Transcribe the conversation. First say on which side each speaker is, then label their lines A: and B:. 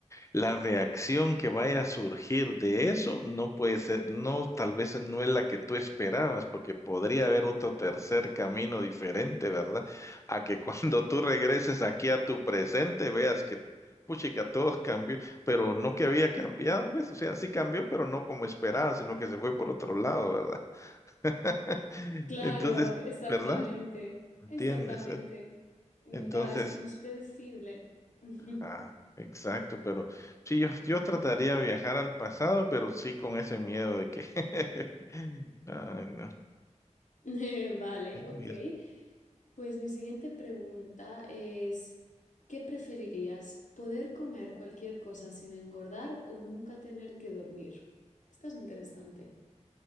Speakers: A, on the left; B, on the left.
A: la reacción que vaya a surgir de eso no puede ser, no, tal vez no es la que tú esperabas, porque podría haber otro tercer camino diferente, ¿verdad? A que <laughs> cuando tú regreses aquí a tu presente veas que, puchica, todo cambió, pero no que había cambiado, pues, o sea, sí cambió, pero no como esperaba, sino que se fue por otro lado, ¿verdad? <laughs>
B: Claro,
A: Entonces,
B: exactamente,
A: ¿verdad? ¿Entiendes?
B: exactamente. Nunca
A: Entonces,
B: es, no es predecible. <laughs>
A: Ah, exacto, pero sí, yo, yo trataría de viajar al pasado, pero sí con ese miedo de que... <laughs> Ay, no.
B: Eh, Vale, ok.
A: Mira,
B: Pues mi siguiente pregunta es, ¿qué preferirías? ¿Poder comer cualquier cosa sin engordar o nunca tener que dormir? Esto es interesante.